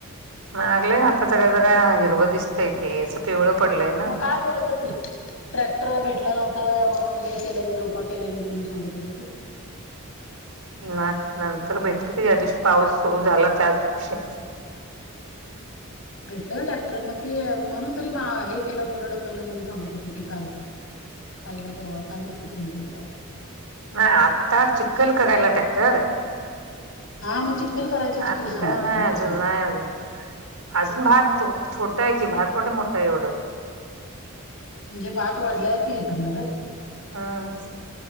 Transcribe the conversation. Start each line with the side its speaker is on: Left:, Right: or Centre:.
Right: मारलंय आता जरा जरा हिरवं दिसतंय ते अस पिवळं पडलय ना.
Left: मग काय बोलत होती? ट्रॅक्टर भेटलं नव्हतं म्हणून हे केलं नी रोपा केल्या नाहीत म्हणून सांगत होते ते.
Right: ना नंतर भेटत का ज्या दिवशी पाऊस सुरू झाला त्याच दिवशी.
Left: भेटलं का टॅक्टर म ते म्हणून तरी, मा हे केलं पुढं ढकललं म्हणून सांगत होती की काल. काल काय परवा कालच की फोन केलेला होता.
Right: ना आत्ता चिखल करायला टॅक्टर?
Left: हा मग चिक्कल करायचंच
Right: आता
Left: की सांगालोय
Right: नाही
Left: मग
Right: अजून
Left: कसलं
Right: नाही अजून. अजून भात छोटा आहे की भात मोठे मोठा आहे एवढं
Left: म्हणजे भात वाढल्यावरती हे करणार र
Right: हम्